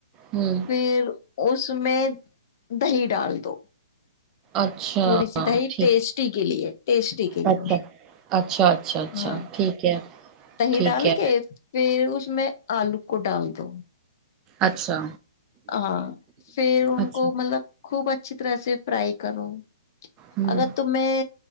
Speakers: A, on the right; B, on the left.
A: ہوں
B: پھر۔۔ اس میں دہی ڈال دو۔
A: اچھا
B: تھوڑی سی دی
A: ٹھیک
B: ٹیسٹی کے لیے۔ ٹیسٹی کے
A: اچھا
B: لیے۔
A: اچھا اچھا اچھا
B: ہاں
A: ٹھیک ہے
B: دہی
A: ٹھیک
B: ڈال
A: ہے
B: کے۔۔۔ پھر اس میں آلو کو ڈال دو۔
A: اچھا
B: ہاں۔ پھر ان
A: اچھا
B: کو مطلب خوب اچھی۔۔۔ طرح سے فرائی کرو۔
A: ہوں
B: اگر تمہیں۔۔۔